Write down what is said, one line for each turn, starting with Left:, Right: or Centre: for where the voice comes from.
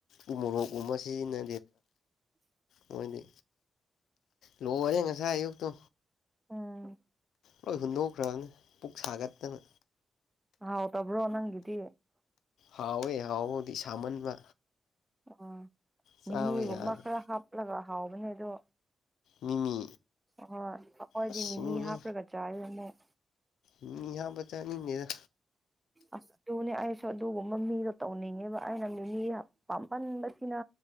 Left: ꯎ ꯃꯣꯔꯣꯛꯀꯨꯝꯕ ꯁꯤꯖꯤꯟꯅ ꯃꯣꯢꯗꯤ ꯂꯣꯏꯔꯦ ꯉꯁꯥꯏ ꯑꯌꯨꯛꯇꯣ
Right: ꯎꯝ
Left: ꯂꯣꯏ ꯍꯨꯟꯗꯣꯛꯈ꯭ꯔꯕꯅꯤ ꯄꯨꯛ ꯁꯥꯒꯠꯇꯅ
Right: ꯍꯥꯎꯇꯕ꯭ꯔꯣ ꯅꯪꯒꯤꯗꯤ
Left: ꯍꯥꯎꯋꯦ ꯍꯥꯎꯕꯕꯨꯗꯤ ꯁꯥꯃꯟꯕ
Right: ꯎꯝ
Left: ꯆꯥꯕ
Right: ꯃꯤꯃꯤꯒꯨꯝꯕ
Left: ꯌꯥꯗ꯭ꯔꯦ
Right: ꯈꯔ ꯍꯥꯞꯂꯒ ꯍꯥꯎꯕꯅꯦ ꯑꯗꯣ
Left: ꯃꯤꯃꯤ
Right: ꯍꯣꯏ ꯑꯈꯣꯏꯗꯤ
Left: ꯑꯁ
Right: ꯃꯤ
Left: ꯃꯤꯃꯤ
Right: ꯃꯤ ꯍꯥꯞꯄꯒ ꯆꯥꯌꯦ ꯑꯃꯨꯛ
Left: ꯃꯤꯃꯤ ꯍꯥꯞꯄ ꯆꯅꯤꯡꯗꯦꯗ
Right: ꯑꯁ ꯑꯗꯨꯅꯦ ꯑꯩꯁꯨ ꯑꯗꯨꯒꯨꯝꯕ ꯃꯤꯗꯣ ꯇꯧꯅꯤꯡꯉꯦꯕ ꯑꯩꯅ ꯃꯤꯃꯤ ꯍꯞ ꯄꯥꯝꯃꯟꯕꯒꯤ ꯀꯤꯅꯥ